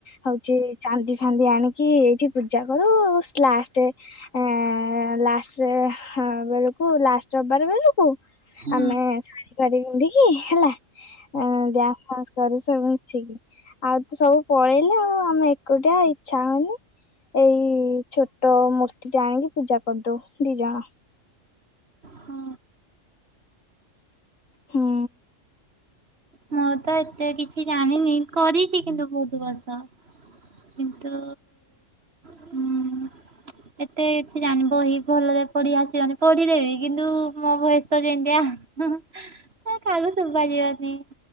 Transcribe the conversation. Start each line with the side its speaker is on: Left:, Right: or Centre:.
Left: ହଉଛି ଚାନ୍ଦି ଫାନ୍ଦି ଆଣିକି ଏଇଠି ପୂଜା କରୁ ସି ଲାଷ୍ଟେ ଏ ଲାଷ୍ଟରେ ଏ ବେଳକୁ ଲାଷ୍ଟ ରବାର ବେଳକୁ
Right: ହୁଁ
Left: ଆମେ ଶାଢୀ ଫାଢୀ ପିନ୍ଧିକି ହେଲା ଅଁ ସଂସ୍କାରୁ ସବୁ ମିଶିକି ଆଉ ତ ସବୁ ପଳେଇଲେ ଆଉ ଆମେ ଏକୁଟିଆ ଇଚ୍ଛା ହଉନି। ଏଇ ଛୋଟ ମୂର୍ତ୍ତି ଟେ ଆଣିକି ପୂଜା କରିଦଉ ଦି ଜଣ।
Right: ହଁ।
Left: ହୁଁ।
Right: ମୁଁ ତ ଏତେ କିଛି ଜାଣିନି କରିଛି କିନ୍ତୁ ବହୁତ ବର୍ଷ। କିନ୍ତୁ? ହୁଁ। ଏତେ କିଛି ଜାଣିନି ବହି ଭଲରେ ପଢି ଆସିବନି। ପଢିଦେବି କିନ୍ତୁ ମୋ ଭୟେସ ତ ଯେମିତିଆ। ହୁଁ ହୁଁ ଏ କାହାକୁ ଶୁବାଯିବନି।